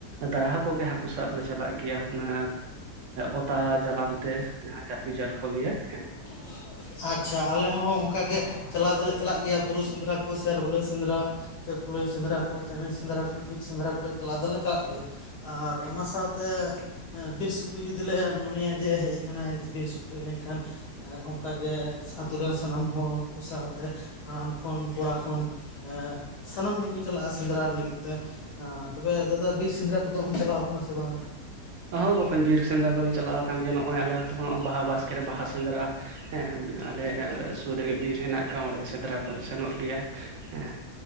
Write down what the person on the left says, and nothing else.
<inaudible> ᱟᱪᱪᱷᱟ ᱟᱞᱮ ᱦᱚᱸ ᱚᱱᱠᱟ ᱜᱮ ᱪᱟᱞᱟᱣ ᱫᱚᱞᱮ ᱪᱟᱞᱟᱜ ᱜᱮᱭᱟ ᱵᱩᱨᱩ ᱥᱮᱸᱫᱽᱨᱟ ᱠᱚ ᱥᱮ ᱨᱩᱰᱟᱹ ᱥᱮᱸᱫᱽᱨᱟ ᱥᱮ ᱠᱩᱞᱟᱹᱭ ᱥᱮᱸᱫᱽᱨᱟ ᱠᱚ ᱪᱮᱢᱮᱧ ᱥᱮᱸᱫᱽᱨᱟ ᱠᱚ ᱡᱷᱤᱠ ᱥᱮᱫᱽᱨᱟ ᱠᱚ ᱪᱟᱞᱟᱣ ᱫᱚᱞᱮ ᱪᱟᱞᱟᱜ ᱜᱮᱭᱟ ᱟᱨ ᱚᱱᱟ ᱥᱟᱶᱛᱮ ᱵᱤᱨ ᱥᱩᱠᱨᱤ ᱡᱩᱫᱤ ᱞᱮ ᱢᱚᱱᱮᱭᱟ ᱡᱮ ᱦᱮᱡ ᱟᱠᱟᱱᱟᱭ ᱵᱤᱨ ᱥᱩᱠᱨᱤ ᱮᱱᱠᱷᱟᱱ ᱚᱱᱠᱟᱜᱮ ᱟᱛᱳ ᱨᱮᱱ ᱥᱟᱱᱟᱢ ᱦᱚᱲ ᱠᱚ ᱥᱟᱶᱛᱮ ᱦᱟᱲᱟᱢ ᱠᱷᱚᱱ ᱠᱚᱲᱟ ᱠᱷᱚᱱ ᱮ ᱥᱟᱱᱟᱢ ᱠᱚ ᱜᱮᱠᱚ ᱪᱟᱞᱟᱜᱼᱟ ᱥᱮᱸᱫᱽᱨᱟ ᱞᱟᱹᱜᱤᱫ ᱛᱮ ᱛᱚᱵᱮ ᱫᱟᱫᱟ ᱵᱤᱨ ᱥᱮᱸᱫᱽᱨᱟ ᱠᱚᱫᱚᱢ ᱪᱟᱞᱟᱣ ᱠᱟᱱᱟ ᱥᱮ ᱵᱟᱝᱼᱟ᱾